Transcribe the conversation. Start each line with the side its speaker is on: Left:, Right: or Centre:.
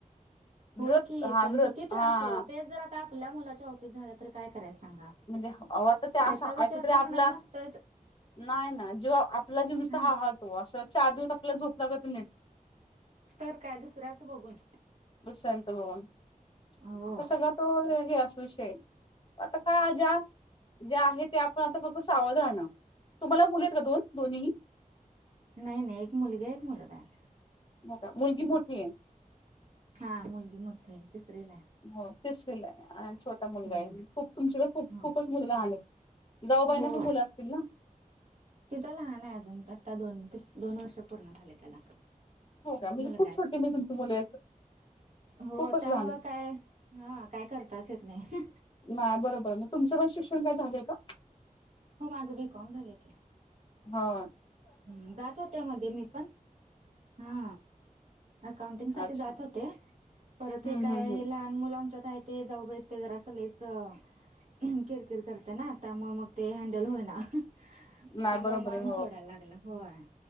Right: होय
Left: विरोध
Right: की
Left: हा
Right: पण
Left: विरोध
Right: किती त्रास
Left: हा
Right: हो तेच जर आता आपल्या मुलाच्या बावतीत झालं तर काय करायच सांगा,
Left: म्हणजे अवो ते अशा
Right: ह्याचा विचार
Left: ऐकतर
Right: काय
Left: आपला
Right: मनात नसतोयच
Left: नाही ना जेव्हा आपल्याला जीव नुसत
Right: हा
Left: हळहळतो असं चारदिवस आपल्याला झोप लागत नाही.
Right: तर काय दुसऱ्याच बघून,
Left: दुसऱ्यांच बघून
Right: हो
Left: आता सगळं तो हे असू शे विषय आहं. का ज्या ज्या आहे त्या आपण आता फक्त सावध आणणार तुम्हाला मुली आहेत का दोन दोन्ही ही?
Right: नाही नाही एक मुलगा एक मुलगा आहे.
Left: हो का मुलगी मोठी आहे?
Right: हा मुलगी मोठी आहे तिसरी ला आहे.
Left: हो तिसरी ला आहे छोटा मुलगा
Right: हम्म
Left: आहे खूप तुमची तर खूप
Right: हो
Left: खूपच मुललं लहाण आहं. जाऊबाईना
Right: हो
Left: पण मुलं असतील ना?
Right: तिचा लहान आहे अजून आता दोन तस दोन वर्ष पूर्ण झाले त्याला,
Left: हो का म्हणजे
Right: मुलगा
Left: खूप
Right: आहे
Left: छोटी म्ह तुमची मुल आहेत.
Right: हो
Left: खूपच
Right: त्यामुंळ
Left: लहान
Right: काय हा काय करताच येत नाही.
Left: नाही बरोबर मग तुमं पण शिक्षण काय झालंय का?
Right: हो माझं बी कॉम झालंय की.
Left: ह्अ
Right: हम्म जात होते मध्ये मी पण, हा अकाउंटिंग साठी
Left: अच्छा
Right: जात होते परत
Left: हम्म
Right: हे काय
Left: हम्म हम्म
Right: हेला मुल आमच्यात आहे ते जाऊबाईस जरा असं लईचं किरकिर करते ना आता म मग ते हँडल होईना त्यामुळे
Left: नाही बरोबर
Right: मग आणि
Left: आहे हो
Right: सोडायला लागल. होय